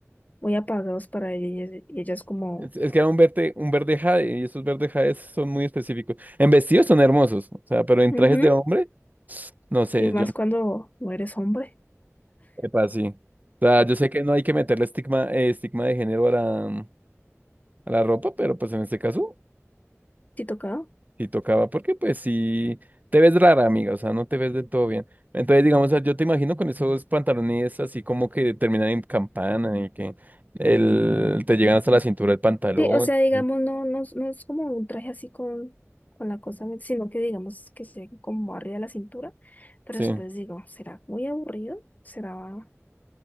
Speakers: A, on the left; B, on the right.
A: muy apagados para ellas y ellas como,
B: Es, es que era un verde, un verde jade, y esos verdes jades son muy específicos. En vestidos son hermosos, o sea, pero en
A: ujú,
B: trajes de hombre, no sé,
A: Y más
B: yo no
A: cuando no eres hombre.
B: sepa sí. O sea, yo sé que no hay que meterle estigma, eh, estigma de género a la, a la ropa, pero pues en este caso.
A: Si tocaba.
B: Sí tocaba, porque pues sí, te ves rara, amiga, o sea, no te ves del todo bien. Entonces, digamos, o sea, yo te imagino con esos pantalones así como que terminan en campana y que el, te llegan hasta la cintura del pantalón.
A: Sí, o sea, digamos,
B: y-
A: no, no, es- no es como un traje así con, con la cosa, sino que digamos que esté como arriba de la cintura, pero
B: Sí,
A: después digo, ¿será muy aburrido? ¿Será,